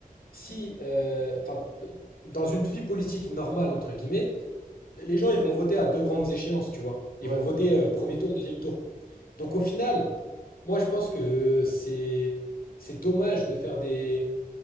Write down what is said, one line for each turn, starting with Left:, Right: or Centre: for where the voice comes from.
Left: si, euh, enfin, d- dans une vie politique normale entre guillemets, les gens, ils vont voter à deux grandes échéances, tu vois. Ils
Right: Ouais,
Left: vont voter
Right: ouais, bien sûr.
Left: euh, premier tour, deuxième tour. Donc au final, moi je pense que c'est c'est dommage de faire des